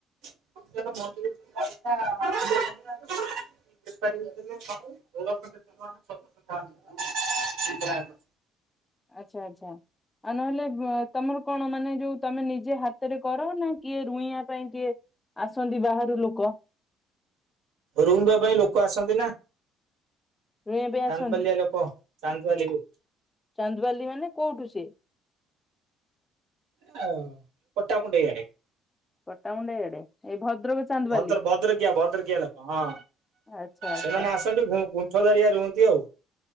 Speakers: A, on the right; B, on the left.
A: <unintelligible> <unintelligible>
B: ଆଚ୍ଛା ଆଚ୍ଛା। ଆଉ ନହେଲେ ତମର କଣ ମାନେ ଯୋଉ ତମେ ନିଜେ ହାତରେ କର ନା କିଏ ରୁଇବା ପାଇଁ କିଏ ଆସନ୍ତି ବାହାରୁ ଲୋକ।
A: ରୁଇବା ପାଇଁ ଲୋକ ଆସନ୍ତି ନା
B: ରୁଇଁବା ପାଇଁ
A: ଚାନ୍ଦପାଲିଆ
B: ଆସନ୍ତି
A: ଲୋକ। ଚାନ୍ଦବାଲିରୁ।
B: ଚାନ୍ଦୁବାଲି ମାନେ କୋଉଠୁ ସେଏ?
A: ହ ପଟାମୁଣ୍ଡେଇଆଡେ।
B: ପଟ୍ଟାମୁଣ୍ଡାଇ ଆଡେ ଏଇ ଭଦ୍ରକ ଚାନ୍ଦବାଲି
A: ଭଦ୍ର ଭଦ୍ରକିଆ ଭଦ୍ରକିଆ ଲୋକ ହଁ
B: ଆଚ୍ଛା ଆଚ୍ଛା
A: ସେମାନେ ଆସ ଗୁଣ୍ଠ ଗୁ ଗୁଣ୍ଠ ଧରିଆ ରୁହନ୍ତି ଆଉ।